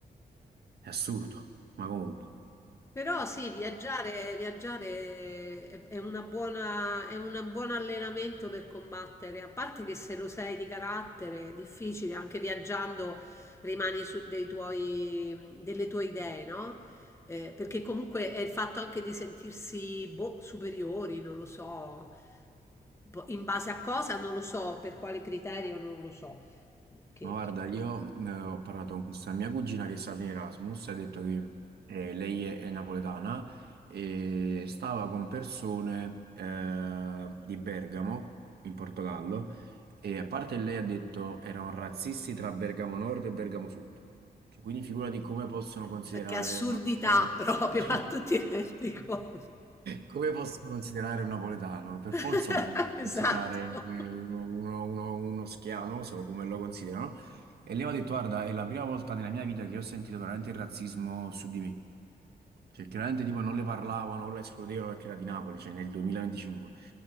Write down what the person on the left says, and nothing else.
Però sì, viaggiare, viaggiare è, è una buona, è un buon allenamento per combattere, a parte che se lo sei di carattere è difficile, anche viaggiando rimani su dei tuoi, delle tue idee, no? Eh, perché comunque è il fatto anche di sentirsi boh, superiori, non lo so, Boh, in base a cosa non lo so, per quale criterio non lo so, che,
che-
cioè che assurdità
proprio,
<laughs> ma tu ti rendi <laughs> conto?
<laughs>
Esatto.